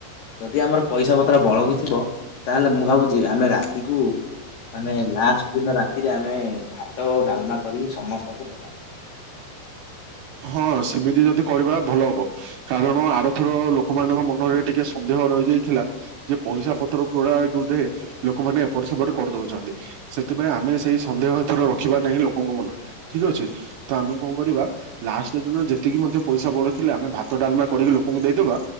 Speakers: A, on the left (about 70°); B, on the right (about 75°).
A: ଯଦି ଆମର ପଇସା ପତ୍ର ବଳକିଥିବ ତାହେଲେ ମୁଁ ଭାବୁଛି ଆମେ ରାତିକୁ ମାନେ ଲାଷ୍ଟ ଦିନ ରାତିରେ ଆମେ ଭାତ ଡାଲମା କରିକି ସମସ୍ତଙ୍କୁ ଦବା
B: ହଁ ସେମିତି ଯଦି କରିବା ଭଲ ହବ କାରଣ ଆରଥର ଲୋକମାନଙ୍କ ମନରେ ଟିକେ ସନ୍ଦେହ ରହିଯାଇଥିଲା ଯେ ପଇସା ପତର ଗଡାଧେ ଲୋକମାନେ ଏପଟେ ସେପଟେ କରିଦଉଛନ୍ତି ସେଥିପାଇଁ ଆମେ ସେଇ ସନ୍ଦେହ ଏଥର ରଖିବା ନାହିଁ ଲୋକଙ୍କ ମନରେ ଠିକ ଅଛି ତ ଆମେ କଣ କରିବା ଲାଷ୍ଟ ଦିନ ଯେତିକି ମଧ୍ୟ ପଇସା ବଳେଇଥିଲେ ଆମେ ଭାତ ଡାଲମା କରିକି ଲୋକଙ୍କୁ ଦେଇଦବା